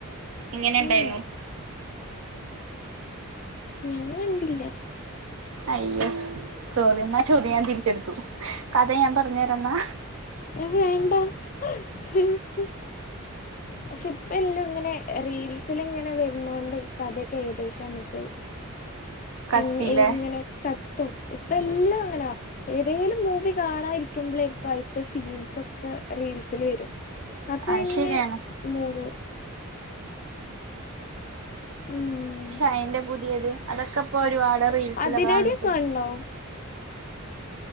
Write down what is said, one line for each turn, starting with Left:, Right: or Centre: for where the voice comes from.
Right: എങ്ങനെണ്ടായിന്നു?
Left: ആഹ് ഞാൻ കണ്ടില്ല
Right: അയ്യോ സോറി ന്നാ ചോദ്യം ഞാൻ തിരിച്ചെടുത്തു കഥ ഞാൻ പറഞ്ഞു തരാം ന്നാ.
Left: വേണ്ട <unintelligible> പക്ഷേ ഇപ്പം എല്ലും ഇങ്ങനെ റീൽസിൽ ഇങ്ങനെ വരുന്നോണ്ടെ കഥയൊക്കെ ഏകദേശം നമുക്ക്
Right: കത്തില്ലേ
Left: എങ് എങ്ങനെ കത്തും ഇപ്പം എല്ലും അങ്ങനാ. ഏതേലും മൂവി കാണാ ഇരിക്കുമ്പളേര്ക്കും അയിത്തെ സീൻസ് ഒക്കെ റീൽസിൽ വരും. അപന്നെ
Right: ആ ശരിയാണ്
Left: മൂഡോവും. ഉം
Right: ക്ഷെ യിന്റെ പുതിയത് അതൊക്കെ ഇപ്പോ ഒരുപാട് റീൽസിലൊക്കെ
Left: അതിരടിയൊക്കെ
Right: വന്നിട്ട്
Left: കണ്ടോ